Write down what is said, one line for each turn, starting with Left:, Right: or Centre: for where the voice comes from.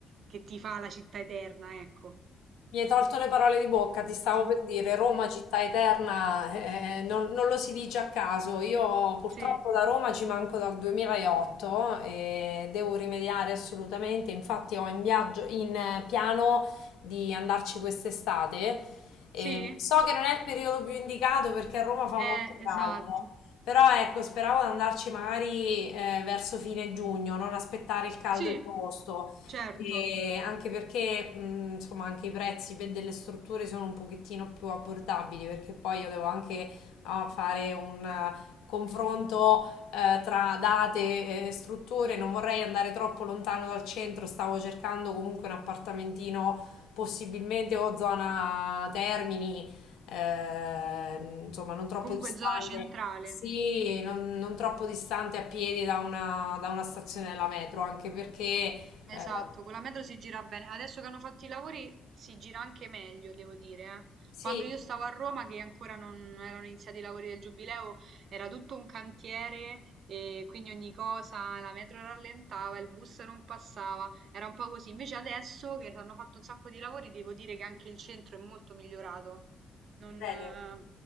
Right: che ti fa la città eterna, ecco.
Left: Mi hai tolto le parole di bocca, ti stavo
Right: <laughs>
Left: per dire Roma, città eterna, eh, eh, non, non lo si dice a caso. Io purtroppo
Right: Sì,
Left: da Roma ci manco dal 2008 e devo rimediare assolutamente. Infatti ho in viaggio, in eh, piano di andarci quest'estate. E
Right: sì,
Left: so che non è il periodo più indicato perché a Roma fa
Right: eh,
Left: molto caldo,
Right: esatto.
Left: però ecco, speravo di andarci magari eh, verso fine giugno, non aspettare il caldo
Right: Sì,
Left: di agosto.
Right: certo.
Left: E anche perché, mh, insomma, anche i prezzi per delle strutture sono un pochettino più abbordabili, perché poi io devo anche no, fare un eh, confronto eh, tra date e strutture. Non vorrei andare troppo lontano dal centro, stavo cercando comunque un appartamentino, possibilmente o zona Termini, eh, insomma, non troppo
Right: Comunque
Left: distante.
Right: zona centrale.
Left: Sì, non, non troppo distante a piedi da una, da una stazione della metro, anche perché eh,
Right: Esatto,
Left: eh,
Right: con la metro si gira bene. Adesso che hanno fatto i lavori si gira anche meglio, devo dire. eh.
Left: sì,
Right: Quando io stavo a Roma, che ancora non erano iniziati i lavori del Giubileo, era tutto un cantiere e quindi ogni cosa, la metro rallentava, il bus non passava, era un po' così. Invece adesso che hanno fatto un sacco di lavori, devo dire che anche il centro è molto migliorato. Non,
Left: bene.
Right: eh,